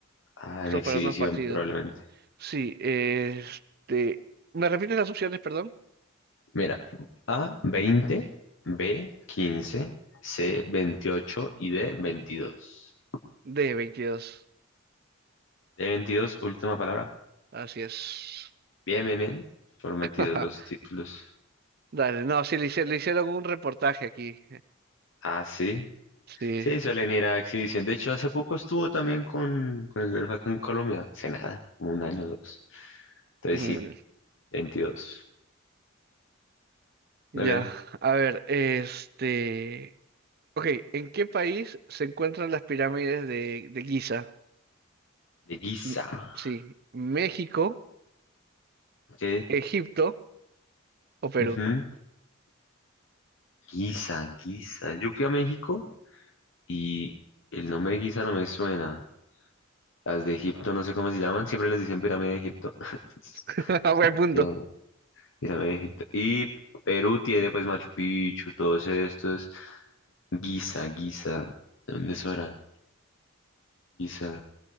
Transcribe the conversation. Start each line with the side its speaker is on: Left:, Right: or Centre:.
Left: Ah,
Right: justo
Left: en exhibición
Right: para unos partidos.
Left: probablemente.
Right: Sí, este, ¿me repites las opciones, perdón?
Left: Mira, A, 20, B, 15, C, 28 y D, 22.
Right: De veintidós
Left: D, 22, última palabra.
Right: así es.
Left: Bien, bien, bien. Prometidos
Right: <laughs>
Left: los títulos.
Right: Dale, no, sí, le hicieron, le hicieron un reportaje aquí.
Left: Ah, sí.
Right: Sí,
Left: Sí, suelen ir a exhibición. De hecho, hace poco estuvo también con, con el Verfa acá en Colombia. Hace nada, como un año o dos. Entonces
Right: mm,
Left: sí, veintidós.
Right: ya,
Left: Muy bien.
Right: a ver, este, ok, ¿en qué país se encuentran las pirámides de, de Giza?
Left: De Guisa.
Right: M- Sí, México,
Left: Ok.
Right: Egipto o Perú.
Left: Ujú. Guisa, Guisa. Yo fui a México y el nombre de Guisa no me suena. Las de Egipto, no sé cómo se llaman. Siempre les dicen pirámide de Egipto. <laughs>
Right: <laughs> Buen punto.
Left: Pirámide, pirámide de Egipto. Y Perú tiene pues Machu Picchu, todos estos. Guisa, Guisa. ¿De dónde es ahora? hora?